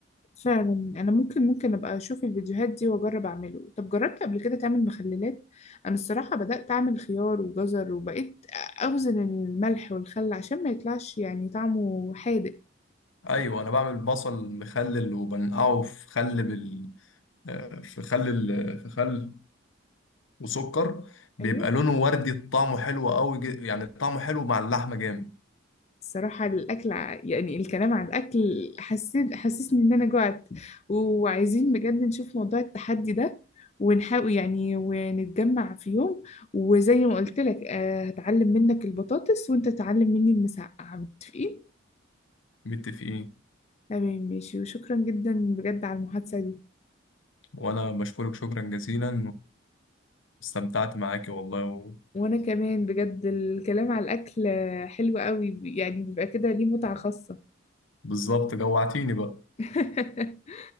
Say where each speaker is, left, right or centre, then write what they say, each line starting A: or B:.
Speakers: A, on the left (about 35°); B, on the left (about 75°).
A: فعلا أنا ممكن ممكن أبقى أشوف الفيديوهات دي وأجرب أعمله طب جربت قبل كده تعمل مخللات؟ أنا الصراحة بدأت أعمل خيار وجزر وبقيت أوزن الملح والخل عشان ما يطلعش يعني طعمه حادق
B: أيوة أنا بعمل بصل مخلل وبنقعه في خل بال آه، في خل ال... في خل وسكر بيبقى
A: أيوه
B: لونه وردي طعمه حلو قوي ج- يعني طعمه حلو مع اللحمة جامد
A: الصراحة الأكل ع- يعني الكلام عن الأكل حسيت حسسني إن أنا جوعت وعايزين بجد نشوف موضوع التحدي ده ونحاول يعني ونتجمع في يوم وزي ما قلت لك آه، هتعلم منك البطاطس وأنت تعلم مني المسقعة متفقين؟
B: متفقين
A: تمام ماشي وشكرا جدا بجد على المحادثة دي
B: وانا بشكرك شكرا جزيلا واستمتعت معاكي والله و...
A: وأنا كمان بجد الكلام على الأكل آه، حلو قوي يعني بيبقى كده ليه متعة خاصة
B: بالظبط جوعتيني بقى
A: <laughs>